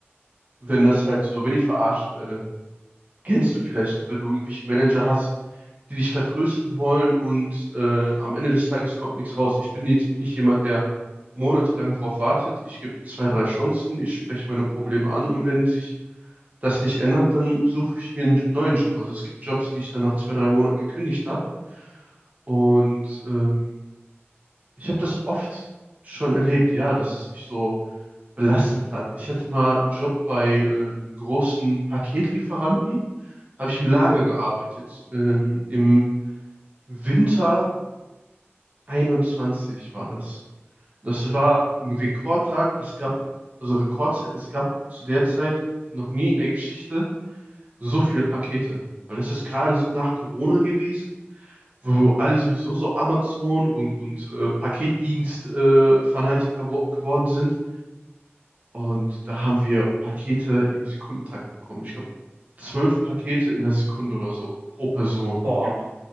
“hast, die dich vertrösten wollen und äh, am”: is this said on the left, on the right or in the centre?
Right